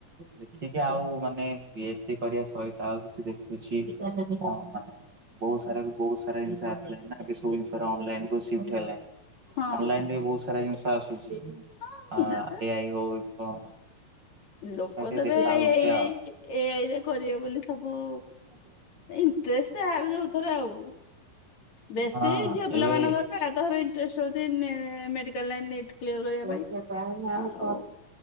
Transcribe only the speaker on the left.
ହଁ
ହଁ ନିହାତି
ଲୋକ
ତେବେ
ଏଇ
ଏଆଇ ରେ କରିବେ ବୋଲି ସବୁ।
ଇଣ୍ଟେରେଷ୍ଟ ଆଗୁରୁ ହେଉଥୁଲା ଆଉ ବେଶୀ
ଝିଅ ପିଲା
ମାନଙ୍କର ପାଇଁ ଆଧାର ଇ ଟ୍ରେସ ହେଉଛି ନେ ମେଡିକାଲ୍ ଲାଇନ୍ ନେଟେ କ୍ଲିୟର କରିବା
ପାଇଁ।
ଆଉ